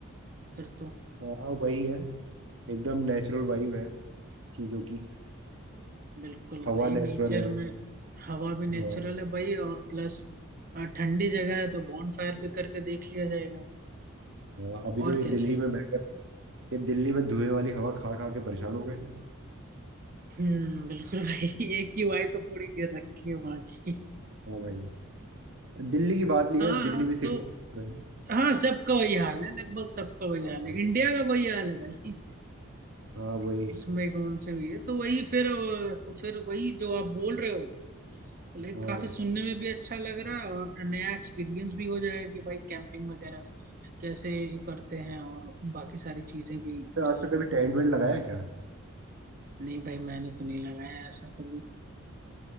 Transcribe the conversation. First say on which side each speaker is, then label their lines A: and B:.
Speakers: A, on the right (about 40°); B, on the right (about 60°).
A: फिर तो
B: हाँ वही है एकदम नेचुरल वाइब है चीजों की
A: बिल्कुल
B: हवा
A: भाई नेचर
B: नेचुरल है
A: में हवा भी
B: हाँ
A: नेचुरल है भाई और प्लस ठंडी जगह है तो बॉनफायर भी करके देख लिया जाएगा
B: हाँ अभी तो
A: और
B: ये
A: क्या
B: दिल्ली
A: चाहिए
B: में बैठकर ये दिल्ली में धुएं वाली हवा खा खा के परेशान हो गए
A: हम्म बिल्कुल भाई <laughs> एक ही वाई तो पूरी गिर रखी है वहां की
B: हाँ भाई दिल्ली की बात नहीं
A: हाँ
B: है जितनी भी सिटी
A: तो
B: है
A: हाँ सबका वही हाल है लगभग सबका वही
B: हाँ
A: हाल
B: हाँ
A: है इंडिया का वही हाल है भाई
B: हाँ, वही
A: उसमें कौन से हुई है तो वही फिर अ, तो फिर वही जो आप बोल रहे हो तो लाइक
B: हाँ
A: काफी सुनने में भी अच्छा लग रहा है और नया एक्सपीरियंस भी हो जाएगा कि भाई कैंपिंग वगैरह कैसे करते हैं और बाकी सारी चीजें भी
B: तो
A: जो
B: आज तक
A: जो
B: कभी टेंट वेंट लगाया है क्या
A: नहीं भाई मैंने तो नहीं लगाया ऐसा कभी